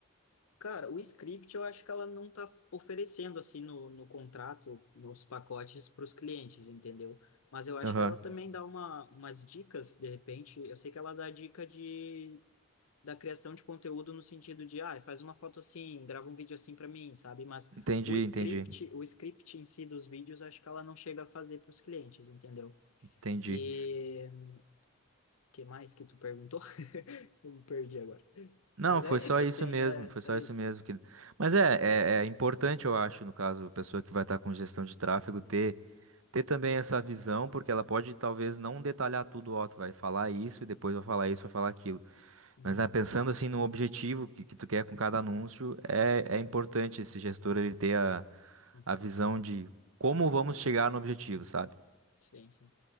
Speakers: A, on the left; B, on the right.
A: Cara, o script eu acho que ela não tá oferecendo assim no, no contrato, nos pacotes para os clientes, entendeu? Mas eu acho
B: Aham.
A: que ela também dá uma, umas dicas, de repente. Eu sei que ela dá dica de da criação de conteúdo no sentido de, ah, faz uma foto assim, grava um vídeo assim para mim, sabe? Mas
B: Entendi,
A: o script,
B: entendi,
A: o script em si dos vídeos, acho que ela não chega a fazer para os clientes, entendeu?
B: entendi.
A: E o que mais que tu perguntou? <laughs> Eu me perdi agora.
B: Não,
A: Mas é
B: foi
A: isso,
B: só isso
A: assim,
B: mesmo,
A: é,
B: foi só
A: é
B: isso
A: isso.
B: mesmo que. Mas é, é, é importante, eu acho, no caso, a pessoa que vai estar com gestão de tráfego ter ter também essa visão, porque ela pode talvez não detalhar tudo, ó, tu vai falar isso e depois vai falar isso, vai falar aquilo.
A: Uhum.
B: Mas né, pensando assim no objetivo que, que tu quer com cada anúncio, é,
A: E-
B: é importante esse gestor ele ter a,
A: uhum.
B: a visão de como vamos chegar no objetivo, sabe?
A: Sim, sim.